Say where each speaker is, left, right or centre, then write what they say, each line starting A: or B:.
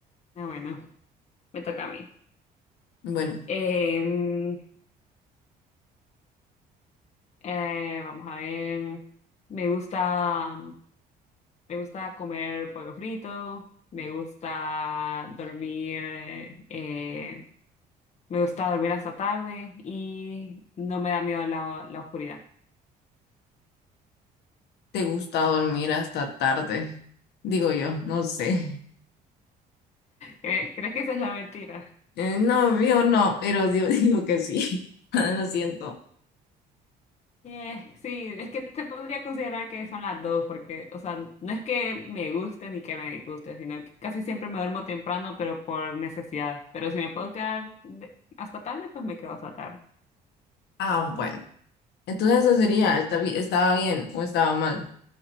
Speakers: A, on the left; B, on the left.
A: Eh, Bueno, me toca a mí.
B: Bueno,
A: Em, eh, vamos a ver. Me gusta, me gusta comer pollo frito. Me gusta dormir. eh, eh, me gusta dormir hasta tarde y no me da miedo la, la oscuridad.
B: ¿te gusta dormir hasta tarde? Digo yo, no sé.
A: ¿Cre- ¿Crees que esa es la mentira?
B: Eh, no, yo no, pero Dios <laughs> dijo que sí. <laughs> Lo siento.
A: Yeah, sí, es que te podría considerar que son las dos, porque, o sea, no es que me guste ni que me disguste, sino que casi siempre me duermo temprano, pero por necesidad. Pero si me puedo quedar de- hasta tarde, pues me quedo hasta tarde.
B: Ah, bueno. Entonces eso sería, ¿Está bi- estaba bien o estaba mal.